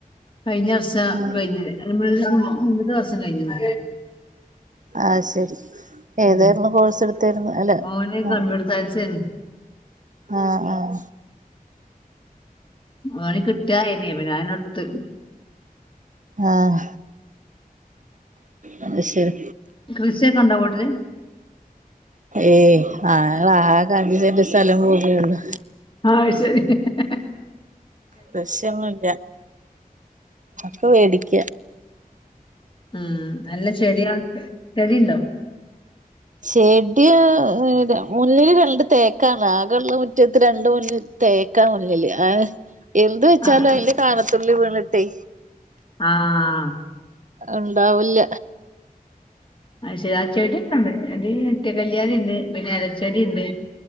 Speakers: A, on the left; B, on the right.
A: കഴിഞ്ഞ വർഷം
B: ആഹ്
A: കഴിഞ്ഞത് <unintelligible> മുൻപത്തെ വർഷം കഴിഞ്ഞത്
B: ആഹ ശരി ഏതായിരുന്നു
A: ഉം
B: കോഴ്സ് എടുത്തരുന്നു അല്ല
A: ഓന്
B: ഉം
A: കമ്പ്യൂട്ടർ സയൻസേനി
B: ആഹ ആഹ
A: ഓന് കിട്ടിയായിന പിന്നെ അതന്നെ ഇടുത്ത്
B: ആഹ അയ് ശരി
A: കൃഷിയൊക്കെ ഉണ്ടോ വീട്ടില്
B: ഏയ് ആ ആകഞ്ച് സെന്റ് സ്ഥലം ഭൂമിയൊള്ളു.
A: ആഹ ശരി ഹ് ഹ്
B: കൃഷ്യൊന്നുല്ല ഒക്കെ മേടിക്ക
A: ആ അല്ല ചെടിയ ചെടിണ്ടോ
B: ചെടിയ മുന്നില് രണ്ട് തേക്കാണ് ആകെയുള്ള മുറ്റത്ത് രണ്ട് മുന്നിൽ തേക്കാ മുന്നില് എന്ത് വെച്ചാലും
A: ആഹ്
B: അതിന്റെ കാണത്തുള്ളി വീണിട്ടെ
A: ആഹ
B: ഉണ്ടാവില്ല
A: ആ ശരി ച്ചെടിഒക്കെ ഉണ്ട് എന്റയ് നിത്യ കല്യാണി ഉണ്ട് പിന്നെ ഇലച്ചെടി ഉണ്ട്